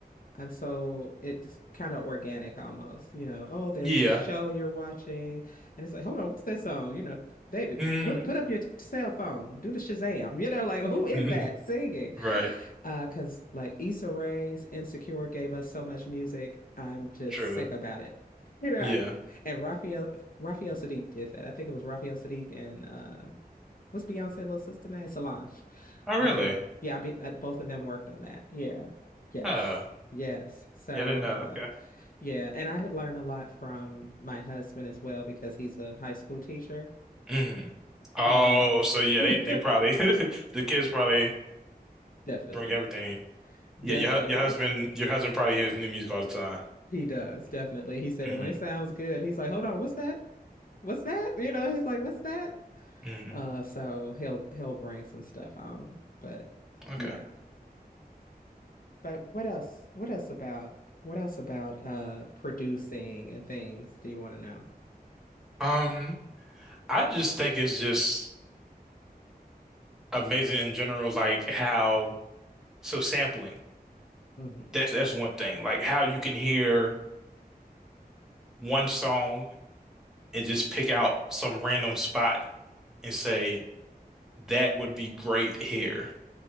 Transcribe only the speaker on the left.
I'm so it's kind of organic almost, you know. Oh, there's
this show you're watching, and it's like, hold on, what's that song? You know, baby,
put put up your cell phone, do the Shazam, you know, like who is that
singing?
Uh, because like Issa Rae's Insecure gave us so much music. I'm just
sick about it. <laughs> You know,
and Raphael Raphael Sadiq did that. I think it was Raphael Sadiq and um, what's Beyonce little sister name? Solange.
I
think yeah, I be, uh, both of them worked on that. Yeah. Yes.
Yes. So,
uh,
yeah, and I learn a lot from my husband as well because he's a high school teacher
and
<laughs>
definitely.
Definitely.
He does, definitely. He said,
and when it sounds good, he's like, hold on, what's that? What's that? You know, he's like, what's that?
Uh, so he'll he'll bring some stuff home. But
yeah. But what else? What else about what else about uh producing and things do you want to know?
Mm-hmm.